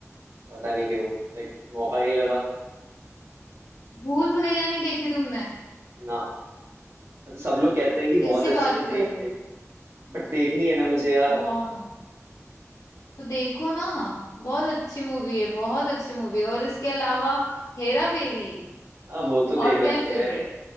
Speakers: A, on the right (about 50°); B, on the left (about 70°).
A: पता नहीं क्यों लाइक मौका नहीं लगा
B: भूल भुलैया नहीं देखी तुमने
A: ना मतलब सब लोग कहते हैं कि
B: कैसी
A: बहुत अच्छी
B: बात
A: है देख
B: कर रहे
A: देख
B: हो
A: बट देखनी है ना मुझे यार
B: वाह तो देखो ना बहुत अच्छी मूवी है बहुत अच्छी मूवी है और इसके अलावा Hera Pheri
A: हाँ वो तो देख
B: all time
A: रखी
B: favourite
A: है